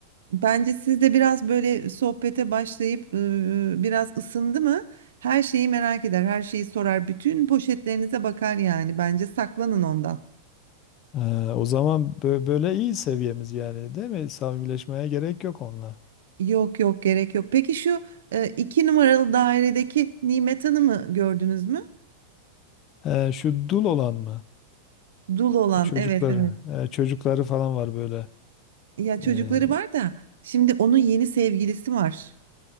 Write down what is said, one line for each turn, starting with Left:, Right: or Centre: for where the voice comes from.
Right: Bence siz de biraz böyle sohbete başlayıp e, biraz ısındı mı? Her şeyi merak eder, her şeyi sorar, bütün poşetlerinize bakar yani. Bence saklanın ondan.
Left: Ee, o zaman bö- böyle iyi seviyemiz yani değil mi? Samimileşmeye gerek yok onunla.
Right: Yok yok gerek yok. Peki şu e, iki numaralı dairedeki Nimet Hanım'ı gördünüz mü?
Left: Ee, şu dul olan mı?
Right: Dul olan
Left: Çocukları.
Right: evet evet.
Left: Ee, çocukları falan var böyle.
Right: Ya çocukları
Left: Ee,
Right: var da şimdi onun yeni sevgilisi var.